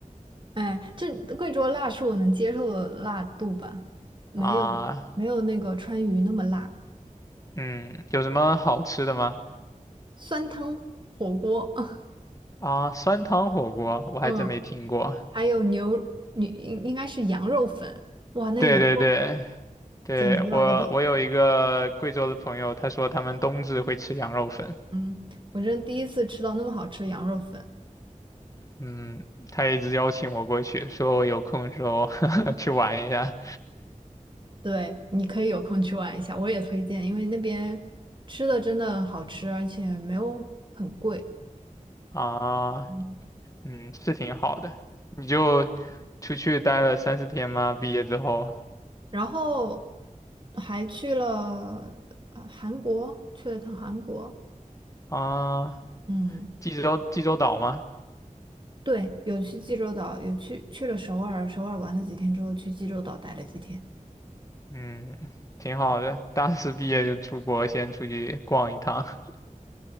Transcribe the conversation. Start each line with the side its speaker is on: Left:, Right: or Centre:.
Right: 哎，这贵州辣是我能接受的辣度吧，没有没有那个川渝那么辣。
Left: 啊。嗯，有什么好吃的吗？
Right: 酸汤火锅，<laughs>
Left: 啊，酸汤火锅，我还真没听过。
Right: 嗯，还有牛，你应应该是羊肉粉，哇，
Left: <laughs>
Right: 那羊肉
Left: 对对对，对，
Right: 简直了，
Left: 我我有一个贵州的朋友，
Right: 我第，
Left: 他说他们冬至会吃羊肉粉。
Right: 嗯，我真第一次吃到那么好吃的羊肉粉。
Left: 嗯，他一直邀请我过去，说我有空的时候 <laughs> 去玩一下
Right: 对，你可以有空去玩一下，我也推荐，因为那边吃的真的好吃，而且没有很贵。
Left: 啊。
Right: 嗯
Left: 嗯，是挺好的。你就出去待了三四天吗？毕业之后
Right: 然后还去了呃韩国，去了一趟韩国。
Left: 啊，
Right: 嗯，
Left: 济州济州岛吗？
Right: 对，有去济州岛，有去去了首尔，首尔玩了几天之后，去济州岛待了几天，
Left: 嗯，挺好的。大四毕业就出国，先出去逛一趟。<laughs>